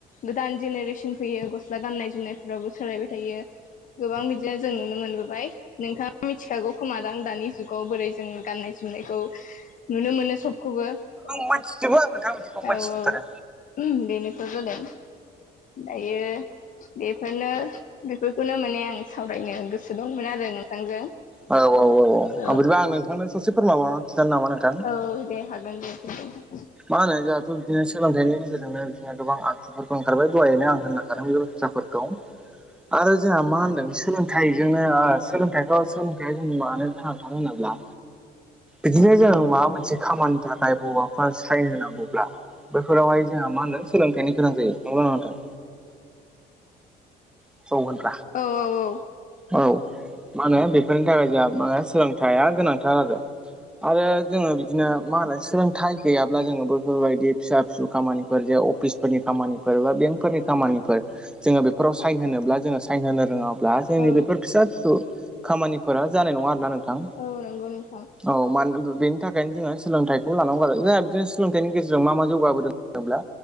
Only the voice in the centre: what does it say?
मोनथिजोबो आं नोंथां बिदिखौ मोनथिजोबथारो
औ औ
बिदिबा आं नोंथांनो ससे फोरमायबावनानै खिथानो नामा नोंथां
मा होनो जोंहाथ बिदिनो सोलोंथाइनि गेजेरजोंनो बिदिनो गोबां आ <unintelligible> ओंखारबाय दहायनो आं होनलां बेबसथा फोरखौ। आरो जोंहा मा होनदों सोलोंथाइजोंनो आ सोलोंथाइखौ या मानो गोनांथार होनोब्ला बिदिनो जों माबा मोनसे खामानि थाखाय बबाफोर सायन होनांगौब्ला बैफोरावहाय जोंहा मा होनो सोलोंथाइनि गोनां जायो नंगौना नङा नोंथां? <unintelligible>
औ मा होनो बेफोरनि थाखाय जोंहा माने सोलोंथाइया गोनांथार आरो। आरो जोंङो बिदिनो मा होनो सोलोंथाइ गैयाब्ला जोंङो बो बेफोरबायदि फिसा फिसौ खामानिफोर जे अफिसफोरनि खामानिफोर बा बेंकफोरनि खामानिफोर जोंङो बेफोराव साइन होनोब्ला जोंङो साइन होनो रोङा ब्ला जोंनि
बेफोर फिसा फिसौ खामानिफोरा जानाय नङा आरोना नोंथां।
औ मा बेनि थाखायनो जोंङो सोलोंथाइखौ लानांगौ आरो जोंहा बिदिनो सोलोंथाइनि गेजेरजों मा मा जौगाबोदों होनब्ला